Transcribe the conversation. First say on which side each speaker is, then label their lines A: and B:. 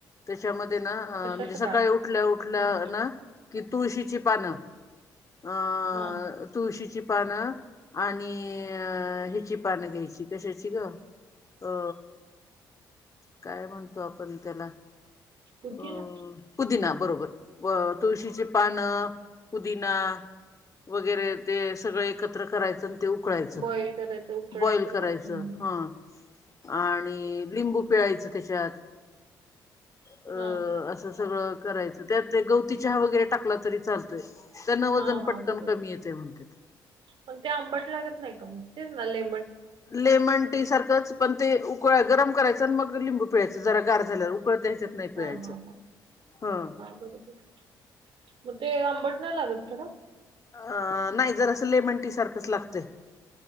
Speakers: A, on the left; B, on the right.
A: त्याच्यामध्ये ना
B: कशाच
A: म्हणजे सकाळी
B: काढ
A: उठल्या उठल्या
B: हम्म.
A: ना कि तुळशीची पानं अं
B: हा
A: तुळशीची पानं आणि अ हिची पानं घ्यायची कशाची ग अ काय म्हणतो आपण त्याला
B: पुदिना?
A: अ पुदिना बरोबर तुळशीची पानं पुदिना वगैरे ते सगळ एकत्र करायचं ते उकळायचं
B: बॉईल करायचं उकडायचं
A: बॉइल करायचं
B: का? हम्म.
A: हां. आणि लिंबू पिळायचं त्याच्यात. अ-
B: हा
A: असं सगळं करायचं त्यात ते गवती चहा वगैरे टाकला तरी चाल तय त्यांन वजन
B: हा हा
A: पटकन
B: बरोबर
A: कमी येतय म्हणत्यात.
B: पण ते आंबट लागत नाय का मग? तेच ना ले
A: लेमन टी सारखंच पण ते उकळ गरम करायंच आणि मग लिंबू पिळायचं जरा गार झाल्यावर उकळत्याच्यात नाय पिळायचं
B: हा हा हा
A: हा.
B: बरोबर मग ते आंबट नाय लागत खर?
A: अ न्हाय जरासं लेमन टी सारखंच लागतं.